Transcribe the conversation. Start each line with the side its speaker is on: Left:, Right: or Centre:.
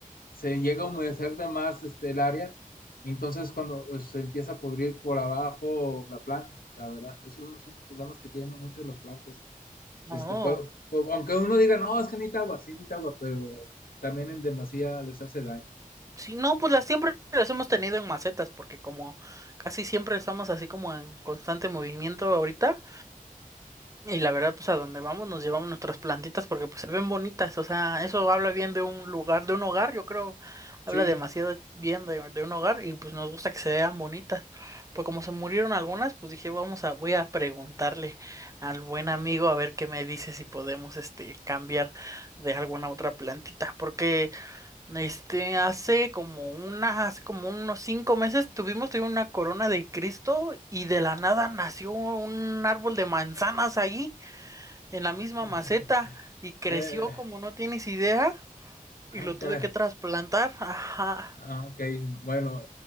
Left: se llega a humedecer de más este, el área, y entonces cuando eh, se empieza a pudrir por abajo la planta, la verdad, esos son los problemas que tienen muchas las plantas. Este,
Right: Oh,
Left: por- por- aunque uno diga, no, es que necesita agua, sí necesita agua, pero también en demasía les hace daño.
Right: sí, no, pues las siempre las hemos tenido en macetas, porque como casi siempre estamos así como en constante movimiento ahorita, Y la verdad, pues a donde vamos nos llevamos nuestras plantitas porque pues se ven bonitas, o sea, eso habla bien de un lugar, de un hogar, yo creo,
Left: Sí.
Right: habla demasiado bien de, de un hogar y pues nos gusta que se vean bonitas. Pues como se murieron algunas, pues dije, vamos a, voy a preguntarle al buen amigo a ver qué me dice si podemos, este, cambiar de alguna otra plantita, porque, este, hace como unas, hace como unos cinco meses tuvimos, tuvimos una corona de Cristo y de la nada nació un árbol de manzanas ahí en la misma
Left: <laughs>
Right: maceta y creció
Left: Eh,
Right: como no tienes idea
Left: ah,
Right: y lo
Left: caray.
Right: tuve que trasplantar. Ajá.
Left: Ah, ok, bueno,